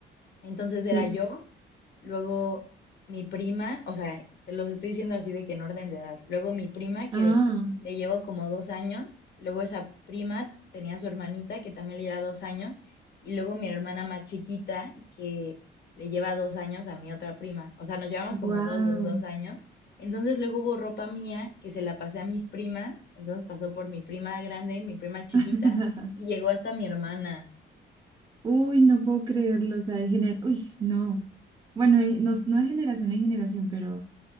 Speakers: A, on the left (about 60°); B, on the right (about 20°).
A: entonces era
B: sí,
A: yo, luego mi prima, o sea, te los estoy diciendo así de que en orden de edad. Luego mi prima, que
B: Ah,
A: le llevo como dos años, luego esa prima tenía a su hermanita, que también le lleva dos años, y luego mi hermana más chiquita, que le lleva dos años a mi otra prima. O sea, nos llevamos como
B: wow.
A: dos, dos, dos años. Entonces luego hubo ropa mía que se la pasé a mis primas, entonces pasó por mi prima grande, mi prima chiquita,
B: <laughs>
A: y llegó hasta mi hermana.
B: Uy, no puedo creerlo. O sea, de gener... Uy, no. Bueno, eh, no, no de generación en generación, pero